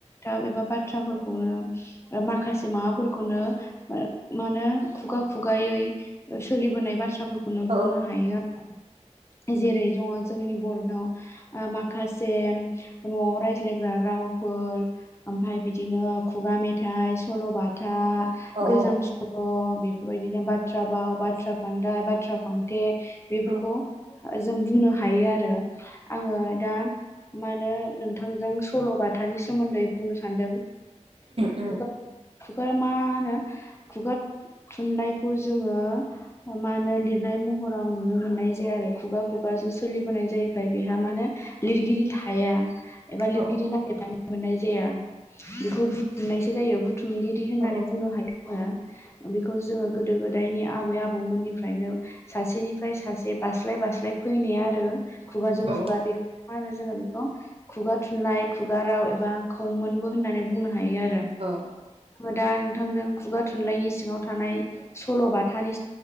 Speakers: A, on the left; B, on the right.
A: थाब एबा बाथ्राफोरखौनो माखासे माबाफोरखौनो मा होनो खुगा खुगायै सोलिबोनाय बा थ्राफोरखौनो
B: औ
A: बुंनो हायो आरो जेरै दङ जोंनि बर'नाव माखासे न'आव रायज्लायग्रा रावफोर ओमफाय बिदिनो खुगा मेथाइ सल'बाथा
B: औ
A: गोजाम सल' बेफोरबायदिनो बाथ्रा बाव, बाथ्रा फान्दाय, बाथ्रा फांथे बेफोरखौ
B: औ
A: जों बुंनो हायो आरो आङो दा मा होनो नोंथांजों सल'बाथानि सोमोन्दै बुंनो सानदों
B: उम
A: <inaudible> खुगा मा होनो खुगा थुनलाइखौ जोङो मा होनो लिरनाय महराव नुनो मोननाय जाया आरो खुगा खुगासो सोलिबोनाय जायोखाय बेहा माने लिरगिरि थाया एबा लिरगिरि
B: औ औ
A: नागिरनानै मोननाय जाया बेखौ बुथुमनायसो जायो बुथुमगिरि होननानै
B: औ
A: बुंनो हायो बेखौ जोङो गोदो गोदायनि आबै आबौमोननिफ्रायनो सासेनिफ्राय सासे बास्लाय बास्लाय फैनाय आरो खुगाजों
B: औ
A: खुगा बेखौ आरो जोङो बेखौ खुगा थुनलाइ खुगा राव एबा खौमोनबो होननानै बुंनो हायो आरो
B: औ
A: दा नोंथांदों खुगा थुनलाइनि सिङाव थानाय सल'बाथानि